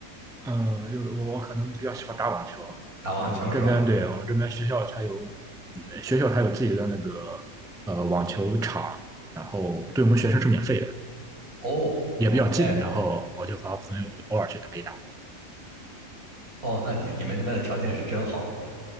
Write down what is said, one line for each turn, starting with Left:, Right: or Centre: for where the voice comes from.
Centre: 呃，就我可能比较喜欢打网球，
Right: 打网球是吧？
Centre: 因为我们这边对我们这边学校它有呃学校它有自己的那个呃网球场，然后对我们学生是免费的。
Right: 哦，OK，
Centre: 也比较近，然后我就和朋友偶尔去打一打。
Right: 哦，那你你们那边的条件是真好。